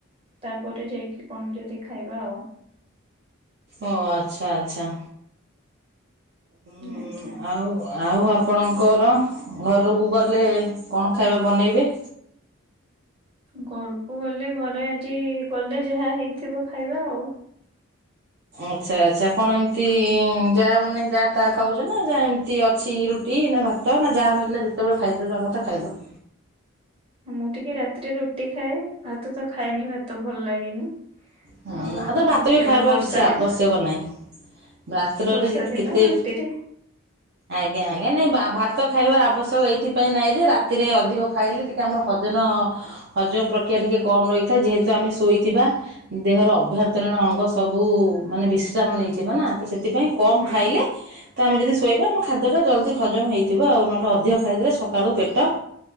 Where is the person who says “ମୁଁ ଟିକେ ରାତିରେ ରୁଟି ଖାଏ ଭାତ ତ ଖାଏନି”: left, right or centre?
Right